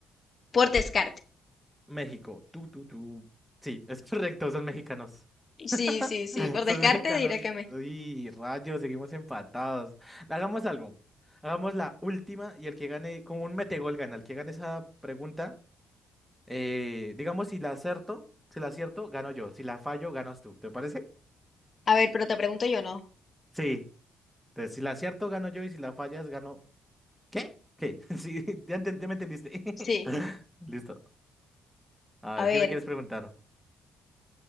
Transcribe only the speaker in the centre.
México, tú, tú, tú. Sí, <laughs> es correcto, son mexicanos.
<laughs>
Son
mexicanos.
Uy, rayos, seguimos empatados. Hagamos algo. Hagamos la última y el que gane, como un metegol gana. El que gane esa pregunta, eh, digamos, si la acierto, si la acierto, gano yo. Si la fallo, ganas tú. ¿Te parece?
Sí. Entonces, si la acierto, gano yo y si la fallas, gano. ¿Qué? ¿Qué? <laughs> Sí, ya, enten- ya me entendiste.
<laughs> Listo. A ver,
¿qué me quieres preguntar?